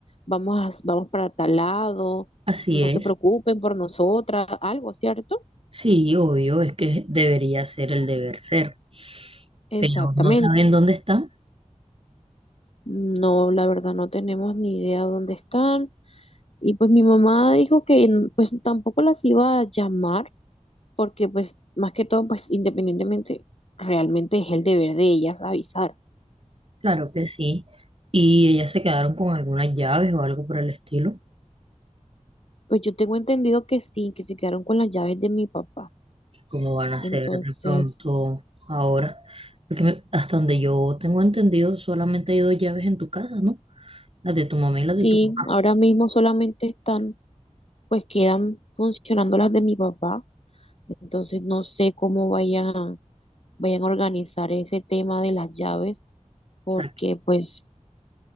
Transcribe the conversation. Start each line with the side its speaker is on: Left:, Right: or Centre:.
Left: vamos a- vamos para tal lado,
Right: así
Left: no
Right: es.
Left: se preocupen por nosotras, algo, ¿cierto?
Right: Sí, obvio, es que debería ser el deber ser,
Left: Exactamente.
Right: pero no saben dónde están
Left: No, la verdad no tenemos ni idea dónde están. Y pues mi mamá dijo que n- pues tampoco las iba a llamar porque pues más que todo pues independientemente realmente es el deber de ellas avisar.
Right: claro que sí. Y ellas se quedaron con algunas llaves o algo por el estilo.
Left: Pues yo tengo entendido que sí, que se quedaron con las llaves de mi papá.
Right: como van a
Left: Entonces,
Right: ser de pronto ahora. Porque me- hasta donde yo tengo entendido, solamente hay dos llaves en tu casa, ¿no? Las de tu mamá y las
Left: sí,
Right: de tu papá.
Left: ahora mismo solamente están pues quedan funcionando las de mi papá. Entonces no sé cómo vayan vayan a organizar ese tema de las llaves porque
Right: O sea, que
Left: pues